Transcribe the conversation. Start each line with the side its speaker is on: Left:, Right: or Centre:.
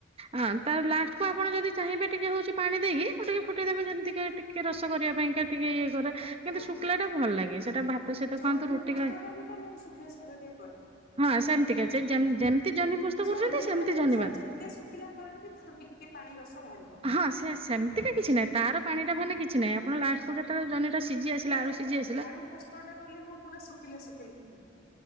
Right: ହଁ ତ ଲାଷ୍ଟକୁ ଆପଣ ଯଦି ଚାହିଁବେ ଟିକେ ହଉଛି ପାଣି ଦେଇକି ଉ ଟିକେ ଫୁଟେଇଦେବେ ଯେମିତିକ ଟିକେ ରସ କରିବା ପାଇଁ କି ଟିକେ ଇଏ କରେ। କିନ୍ତୁ
Left: ହଁ।
Right: ଶୁଖିଲା ଟା ଭଲ ଲାଗେ ସେଟା ଭାତ ସହିତ
Left: ଜହ୍ନି
Right: ଖାଆନ୍ତୁ ରୁଟି
Left: ପୋସ୍ତ
Right: ଖାଏ
Left: ଟା ବି ତ ମୁଁ ଶୁଖିଲା ଶୁଖିଲା ଟିକେ କରେ।
Right: ହଁ ସେମିତି କା ଯେମିତି ତି ଜହ୍ନି ପୋସ୍ତ
Left: ଜହ୍ନି
Right: କରୁଛନ୍ତି ସେମିତି
Left: ଗୋଟେ ଜିନିଷ
Right: ଜହ୍ନି ବାଦା
Left: ଯେତେ ଶୁଖିଲା କରରେ ବି ତା ଦେହରୁ ଟିକେ ପାଣି ରସ ବାହାରିବ।
Right: ହଁ ସେ ସେମିତିକା କିଛି ନାହିଁ ତାର ପାଣି ଟା ଭାରିଲେ କିଛି ନାହିଁ। ଆପଣ ଲାଷ୍ଟକୁ ଯେତେବେଳେ ଜହ୍ନିଟା ସିଝି ଆସିଲା
Left: କିନ୍ତୁ
Right: ଆଳୁ ସିଝି ଆସିଲା
Left: ଆଳୁ ପୋସ୍ତ ଟା କଲେ କଣ ପୁରା ଶୁଖିଲା ଶୁଖିଲା